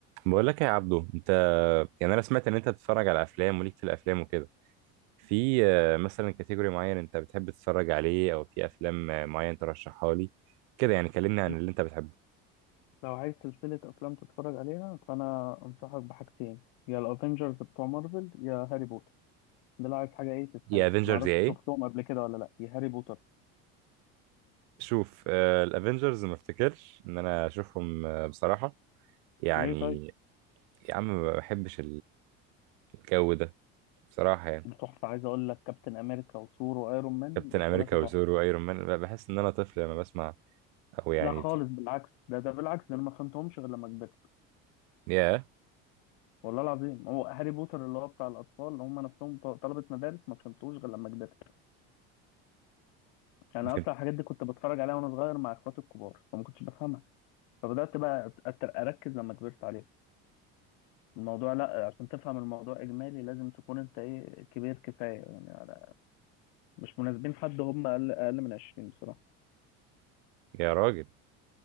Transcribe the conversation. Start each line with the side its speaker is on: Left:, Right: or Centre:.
Right: بقول لك يا عبدو انت يعني انا سمعت ان انت بتتفرج على افلام وليك في الافلام وكده في آه، مثلا كاتيجوري معين انت بتحب تتفرج عليه او في افلام آه، معين ترشحها لي كده يعني كلمني عن
Left: بص
Right: اللي انت بتحبه
Left: لو عايز سلسلة أفلام تتفرج عليها فأنا أنصحك بحاجتين يا الأفينجرز بتوع مارفل يا هاري بوتر ده لو عايز حاجة إيه تسحلك
Right: يا افنجرز
Left: معرفش
Right: يا ايه
Left: شفتهم قبل كده ولا لأ يا هاري بوتر
Right: شوف آه، الافنجرز ما افتكرش ان انا اشوفهم آه، بصراحة يعني
Left: ليه طيب
Right: يا عم ما بحبش الجو ده بصراحة يعني
Left: دي تحفة عايز أقول لك كابتن أمريكا وثور وأيرون مان
Right: كابتن
Left: التلاتة
Right: امريكا وثور
Left: تحفة
Right: وايرون مان بحس ان انا طفل لما بسمع او يعني
Left: لا خالص بالعكس ده ده بالعكس ده أنا ما فهمتهمش غير لما كبرت
Right: يا
Left: والله العظيم هو هاري بوتر اللي هو بتاع الأطفال اللي هم نفسهم ط- طلبة مدارس ما فهمتوش غير لما كبرت أنا
Right: <laughs> yeah.
Left: أصلا الحاجات دي كنت بتفرج عليها وأنا صغير مع إخواتي الكبار فما كنتش بفهمها فبدأت بقى أت- أركز لما كبرت عليها الموضوع لا عشان تفهم الموضوع اجمالي لازم تكون انت ايه كبير كفايه يعني على مش مناسبين حد هم اقل اقل من 20 بصراحه
Right: يا راجل